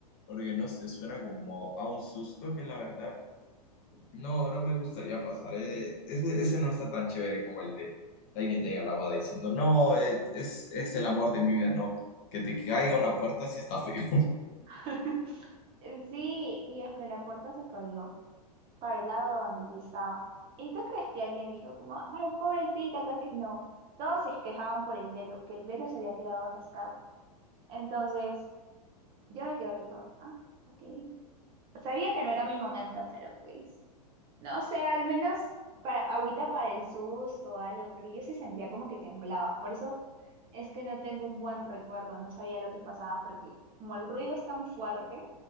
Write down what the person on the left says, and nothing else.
Porque no sé, suena como a un susto que la verdad No, no me gustaría pasar. eh, Ese, ese no está tan chévere como el de alguien llega a la boda diciendo, no, es, es, es el amor de mi vida, no. Que te caiga una puerta sí está feo.